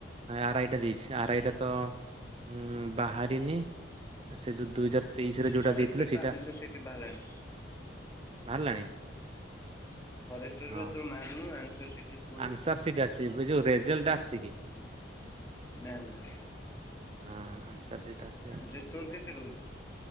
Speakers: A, on the right; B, on the left.
A: ଆର ଆଇ ଟା ଦେଇଛି, ଆର ଆଇ ଟା ତ ଉଁ ବାହାରିନି ସେ ଯୋଉ ଦୁଇ ହଜାର ତେଇଶିରେ ଯୋଉଟା
B: ଫରେଷ୍ଟର
A: ଦେଇଥିଲେ,
B: ତ
A: ସେଇଟା
B: ଆନ୍ସର ସିଟ୍ ବାହାରିଲାଣି।
A: ବାହାରିଲାଣି?
B: ଫରେଷ୍ଟର
A: ହଁ
B: <unintelligible> ତୋର ମାନୁ ଆନସୁ ସି <unintelligible>
A: ଆନ୍ସର ସିଟ୍ ଆସିଛି, ଏବେ ଯୋଉ ରେଜଲ୍ଟ ଆସିଚି କି?
B: ନା, ନା।
A: ହଁ ଆନ୍ସର ସିଟ୍ ଆ
B: ଆନ୍ସର ତୋର କେତେ ରହୁଚି?